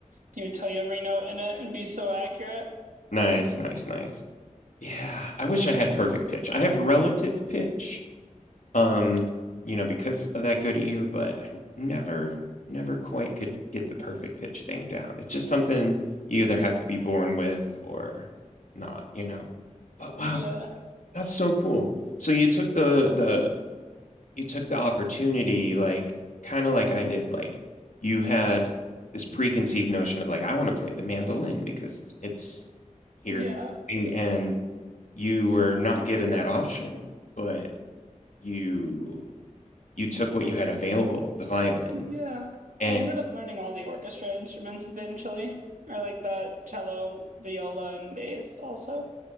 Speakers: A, on the right; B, on the left.
A: He would tell you every note in it and be so accurate.
B: Nice, nice, nice. Yeah, I wish I had perfect pitch. I have relative pitch. Um, you know, because of that good ear, but I never never quite could get the perfect pitch thing down. It's just something you either have to be born with or not, you know. But wow,
A: Yeah,
B: That's so cool. So you took the the you took the opportunity like kind of like I did like you had this preconceived notion of like I want to play the mandolin because it's here
A: yeah,
B: and you were not given that option but you you took what you had available the violin
A: yeah.
B: and
A: I ended up learning all the orchestra instruments eventually, or like the cello, viola, and bass also.